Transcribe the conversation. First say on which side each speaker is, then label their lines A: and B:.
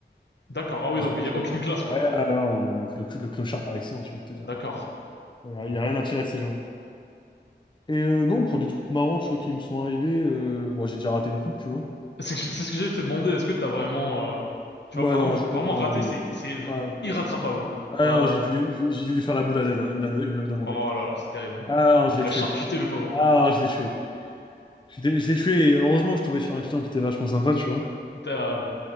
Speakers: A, on the left; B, on the left.
A: D'accord. Ah
B: Pour
A: oui, donc
B: se venger,
A: il n'y a aucune
B: tu vois.
A: classe,
B: Ouais,
A: quoi.
B: alors, le, le- le- le clochard par excellence, je viens de te dire.
A: D'accord.
B: Alors, Il n'y a rien à tirer de ces gens. Et euh, non, pour des trucs marrants, tu vois, qui me sont arrivés, euh, bon, j'ai déjà raté une coupe, tu vois.
A: C'est ce que c'est ce que j'allais te demander. Est-ce que t'as vraiment, euh, tu
B: Ouais,
A: vois, par
B: non,
A: exemple,
B: je- euh,
A: vraiment
B: non,
A: raté,
B: je-
A: c'est, c'est
B: ouais,
A: irrattrapable.
B: Ah
A: T'as,
B: ouais, non, j'ai dû, lui- j'ai dû lui faire la boule à Z, hein, il me l'a il me l'a demandé.
A: oh là là, c'est terrible.
B: Ah non, je
A: Tu
B: l'ai
A: l'as
B: tué.
A: charcuté, le pauvre.
B: Ah non, je l'ai tué. Je l'ai je l'ai tué et heureusement, je tombais sur un client qui était vachement sympa, tu vois.
A: Il t'a- ah ouais.